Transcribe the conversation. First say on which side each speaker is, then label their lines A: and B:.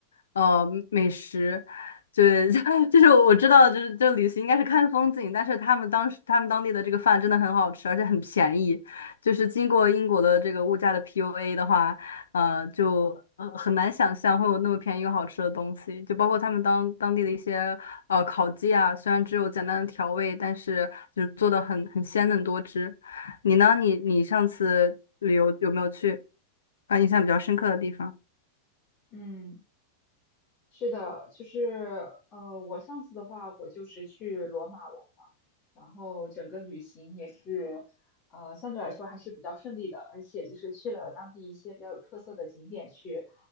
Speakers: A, on the left (about 70°); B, on the left (about 30°).
A: 呃美食，就 <laughs> 就是我知道，就是这旅行应该是看风景，但是他们当时他们当地的这个饭真的很好吃，而且很便宜，就是经过英国的这个物价的 PUA 的话，呃，就呃很难想象会有那么便宜又好吃的东西，就包括他们当当地的一些呃烤鸡啊，虽然只有简单的调味，但是就是做的很很鲜嫩多汁。你呢？你你上次旅游有没有去啊？印象比较深刻的地方
B: 呢？是的，就是呃，我上次的话，我就是去罗马玩嘛，然后整个旅行也是，呃，相对来说还是比较顺利的，而且就是去了当地一些比较有特色的景点去，